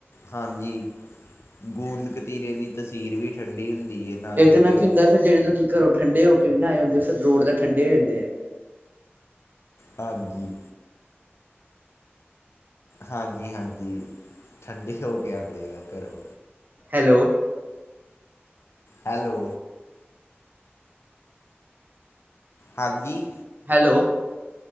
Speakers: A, on the left (about 80°); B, on the right (about 45°).
A: ਹਾਂਜੀ, ਗੂੰਦ ਕਤੀਰੇ ਦੀ ਤਸੀਰ ਵੀ ਠੰਡੀ ਹੁੰਦੀ ਹੈ ਨਾਲੇ
B: ਇਹਦੇ
A: ਉਹਦੇ
B: ਨਾਲ ਕੀ ਹੁੰਦਾ ਫਿਰ ਜਿਹੜੇ ਲੋਕੀ ਘਰੋ ਠੰਡੇ ਹੋ ਕੇ ਨੀ ਆਏ ਹੁੰਦੇ ਫੇਰ ਰੋਡ ਤੇ ਠੰਡੇ ਹੋਂਂਦੇ ਏ।
A: ਹਾਂਜੀ। ਹਾਂਜੀ ਹਾਂਜੀ, ਠੰਡੇ ਹੋ ਕੇ ਆਉਂਦੇ ਆ ਘਰੋਂ।
B: ਹੈਲੋ।
A: ਹੈਲੋ। ਹਾਂਜੀ।
B: ਹੈਲੋ